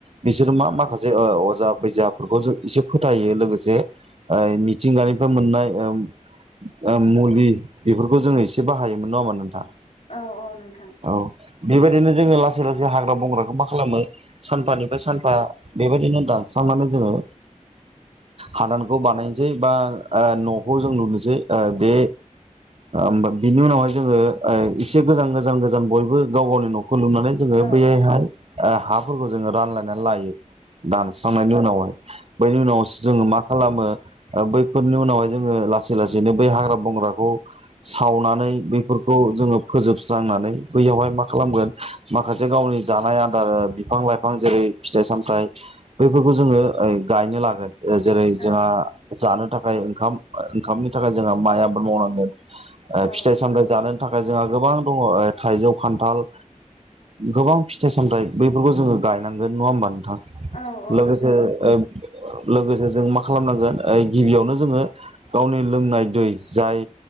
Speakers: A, on the right; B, on the left.
A: बिसोर मा माखा खासे ओ अजा बैजाबफोरखौ जों एसे फोथायो लोगोसे से ओइ मिथिंगानिफ्राय मोननाय ओ ओ मुलि बेफोरखौ जोङो एसे बाहायोमोन नङा होमबा नोंथां
B: औ औ नोंथां
A: औ बेबायदिनो जोङो लासै लासै हाग्रा बंग्राखौ मा खालामो सानफानिफ्राय सानफा बेबायदिनो दान्स सांनानै जोङो
B: <inaudible>
A: हादानखौ बानायनोसै बा न'खौ जों लुनोसै ओ बे ओमबा बिनि उनावहाय जोङो एसे गोजान गोजान गोजान बयबो गाव गावनि न'खौ खो लुनानै जोङो
B: औ
A: बैयायहाय हाफोरखौ जोङो रानलायनानै लायो दानस्रांनायनि उनावहाय बैनि उनाव जोङो मा खालामो ओ बैफोरनि उनावहाय जोङो लासै लासैनो बै हाग्रा बंग्राखौ सावनानै नै बैफोरखौ जोङो फोजोबस्रांनानै बैयावहाय मा खालामगोन माखासे गावनि जानाय आदार ओ बिफां लाइफां जेरै फिथाइ सामथाइ बैफोरखौ जोङो ओइ गायनो लागोन जेरै
B: औ
A: जोंहा जानो थाखाय ओंखाम ओंखामनि थाखाय जोंहा माइ आबाद मावनांगोन ओ
B: औ
A: फिथाइ सामथाइ जानो थाखाय जोंहा गोबां दङ ओ थाइजौ खान्थाल गोबां फिथाइ सामथाइ बैफोरखौ जोङो गायनांगोन नङा होमबान थां
B: औ औ
A: लोगोसेे
B: नोंथां
A: ओ लोगोसे जों मा खालामनांगोन ओ गिबियावनो जोङो गावनि लोंनाय दै जाय